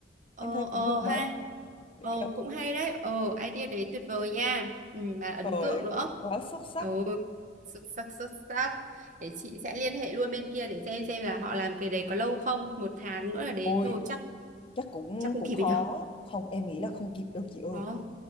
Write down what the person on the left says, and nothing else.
em thấy cũng
được
mà Để
trời
quá xuất sắc
ôi
chắc cũng
cũng
khó
không em nghĩ là không kịp đâu chị ơi